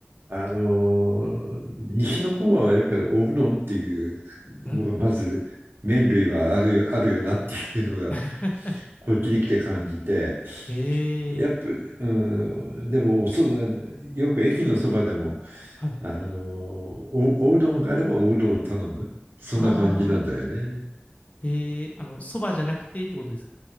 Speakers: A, on the right; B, on the left.
A: あのー西の方はやっぱりおうどんっていうのがまず麺類はあるよ、
B: うん、うん。
A: あるよなっていうのが
B: <laughs>
A: こっちに来て感じて、
B: ええ、
A: やっぱ、うん、でもおそ、よく駅のそばでも
B: はい。
A: あの、お、おうどんがあればおうどんを頼む。そんな感じなんだよね。
B: ああ、ええ、あの、そばじゃなくてってことですか。